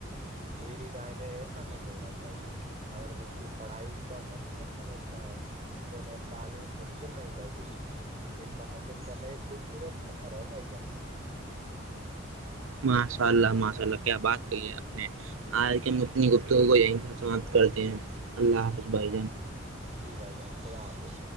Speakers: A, on the right; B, on the right.
A: میری رائے میں ایسا نہیں ہونا چاہیے اورگر بچے پڑھائی کا مقصب سمجھنا ہے تو انہیں تعلیم مشکل نہیں لگے گی فلم حاصل کرنا یہ خوب سورت سطار ہے
B: ماشاء اللہ ماشاء اللہ کیا بات کہی ہے آپ نے آج کیتنی تو وہ یہیں خسمات کرتے ہیں اللہ حافظ بھائی جان
A: جی بھائی جان خدا آافظ